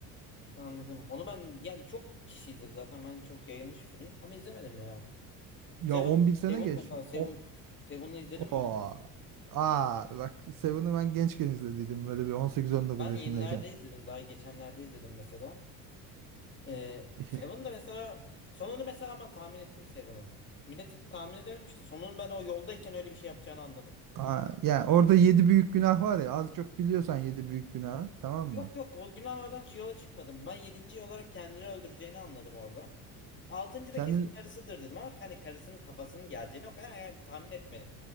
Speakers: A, on the left; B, on the right.
A: Anladım. Onu ben yani çok kişi izledi zaten. Ben çok yayılmış bir film ama izlemedim ya.
B: Ya
A: Seven,
B: 11 sene
A: Seven
B: geç.
A: mesela Seven
B: O,
A: Seven'ı izledim
B: aa,
A: mi mesela?
B: aa bak Seven'ı ben gençken izlediydim böyle bir on sekiz on dokuz
A: Ben
B: yaşındayken.
A: yenilerde izledim. Daha geçenlerde izledim mesela. Ee,
B: <laughs>
A: Seven de mesela sonunu mesela ama tahmin ettim Seven'ın. Millet tahmin edememişti. Sonunu ben o yoldayken öyle bir şey yapacağını anladım.
B: Aa, yani orada yedi büyük günah var ya az çok biliyorsan yedi büyük günah tamam mı?
A: Yok yok o günahlardan yola çıkmadım. Ben yedinci olarak kendini öldüreceğini anladım orada. Altıncı
B: Kendin
A: da kesin karısıdır dedim ama hani karısının kafasının geleceğini o kadar hayal tahmin etmedim.